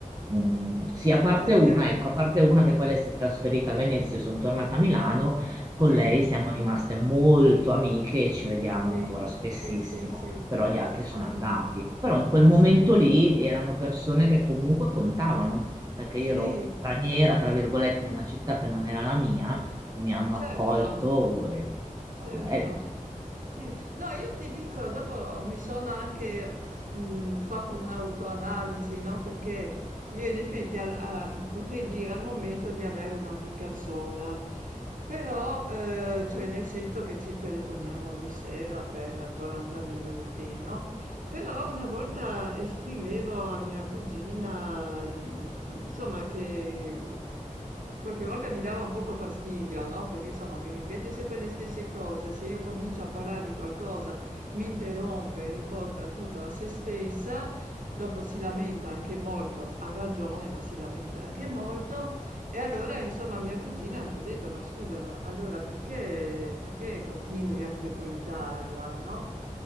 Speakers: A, on the right; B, on the right.
A: Mm, sì,
B: Eh,
A: a parte
B: Sì,
A: una, ecco, a parte una che poi lei si è trasferita a Venezia, io sono tornata a Milano, con
B: eh,
A: lei siamo rimaste molto amiche e ci vediamo
B: sì,
A: ancora spessissimo,
B: sì, sì, sì,
A: però gli altri
B: sì, sì, sì.
A: sono andati. Però in
B: Sì,
A: quel momento
B: sì,
A: lì erano persone che comunque contavano perché
B: sì,
A: io ero straniera, tra virgolette, in una città che non era la mia, e mi hanno
B: certo,
A: accolto, e è stato
B: certo.
A: bello. insomma.
B: Sì. No, io ti dico, dopo mi sono anche eh, mh, fatto un'autoanalisi, no? Perché io in effetti al- a- potrei dire al momento di avere un'amica sola, Però, ehm, cioè nel senso che ci telefoniamo ogni sera per 40 minuti, no, però una volta esprimevo a mia cugina, mhmm, insomma che, mhmm, qualche volta mi dava un poco fastidio, no, perché insomma mi ripete sempre le stesse cose, se io comincio a parlare di qualcosa mi interrompe, riporta tutto a se stessa, dopo si lamenta anche molto, ha ragione, ma si lamenta anche molto e allora, insomma, mia cugina mi ha detto: "Ma scusa, ma allora perché perché continui a frequentarla, no?"